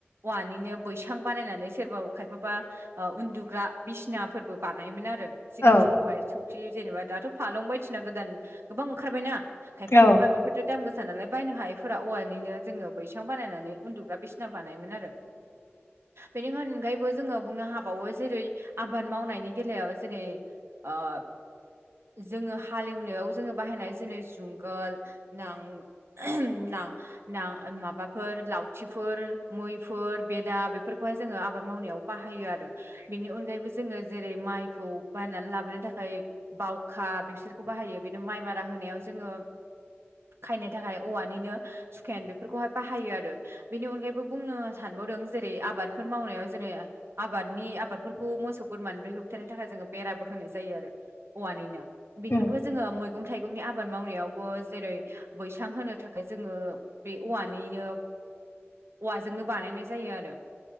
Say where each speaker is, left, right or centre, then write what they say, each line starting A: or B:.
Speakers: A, on the right (about 65°); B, on the left (about 70°).
A: औवानिनो बैसां बानायनानै सोरबा खायफाबा। उन्दुग्रा बिसिनाफोरबो बानायोमोन आरो। सिगां
B: औ
A: समावहाय सुखि जेनेबा दाथ' फालं बायदिना गोदान गोबां ओंखारबायना। खायफा
B: औ
A: खायफा बेफोर। थु दाम गोसा नालाय बायनो हायैफोरा औवानिनो जोङो बैसां बानायनानै उन्दुग्रा बिसिना बानायोमोन आरो।
B: <inaudible>
A: बेनि अनगायैबो जोङो बुंनो हाबावो जेरै आबाद मावनायनि बेलायाव जेरै। आरो। जोङो हालेवनायाव जोङो बाहायनाय जेरै जुंगाल नांग। न। ना माबाफोर लावथिफोर मैफोर बेदा बेफोरखौहाय जोङो आबाद मावनायाव। बाहायो आरो बेनि अनगायैबो जोङो जेरै माइखौ। बायनानै लाबोनो थाखाय बावखा बेसोरखौ बाहायो बिदिनो माइ मारा होनायाव जोङो। खायनो थाखाय औवानिनो सुखेन बेफोरखौहाय बाहायो आरो। बेनि अनगायैबो बुंनो सानबावदों जेरै आबादफोर मावनायाव जेरै। आबादनि आबादफोरखौ मोसौ बोरमानिफ्राय होबथानो थाखाय जोङो। बेराबो होनाय जायो आरो औवानिनो बेनि
B: उम
A: अनगायबो जोङो म। मैगं थाइगंनि आबाद मावनायावबो जेरै। बैसां होनो थाखाय जोङो बे औवानिनो औवाजोंनो बानायनाय जायो आरो।